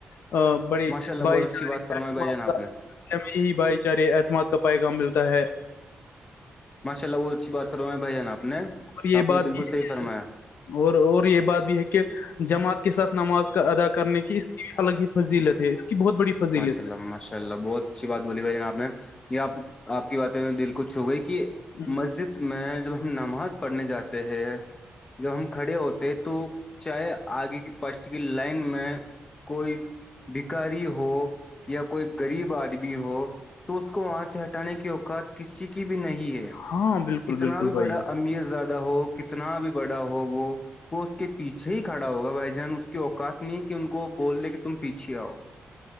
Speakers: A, on the left (about 80°); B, on the left (about 25°).
A: ا بڑی
B: ماشاء اللہ
A: بھائی
B: بہت اچھی
A: چارے
B: بات فرمائی
A: اعتماد
B: بھائی جان آپ
A: کا
B: نے
A: ہی بھائی چارے اعتماد کا پیغام ملتا ہے
B: ماشاء اللہ وہچی بات کروا میں بھائییا آپ نے
A: اور یہ
B: آپ
A: بات
B: نے بالکل
A: بھی ہے
B: صحیح
A: کہ
B: فرمایا
A: اور اور یہ بات بھی ہے کہ جماعت کے ساتھ نماز ادا کرنے کی اس کی الگ ہی فضیلت ہے کی بہت بڑی فضیلت
B: ماشاء اللہ ماشاء اللہ بہت بات بولی بھائی جان آپ نے یہ آپ آپ کی باتیں میں دل کچ چھ ہو گئی کہ
A: ہے
B: مسجد میں جب ہم نماز پڑھنے جاتے ہیں جب ہم کھڑے ہوتے تو چاہے آگے کی پشٹ کی لائن میں کوئی بھکاری ہو ہو یا کوئی غریب آدمی ہو تو اس کو وہاں سے ہٹانے کی اوقات کسی کی بھی نہیں ہے
A: ہاں بالکل
B: کتنا
A: بالکل
B: بھی
A: بھائی
B: بڑا امیت زیادہ ہو کتنا بھی بڑا ہو وہ وہ اس کے پیچھے ہی کھڑا ہوگا بھائی جان اس کی اوقات نہیں کہ ان کو بول دے کہ تم پیچھے آؤ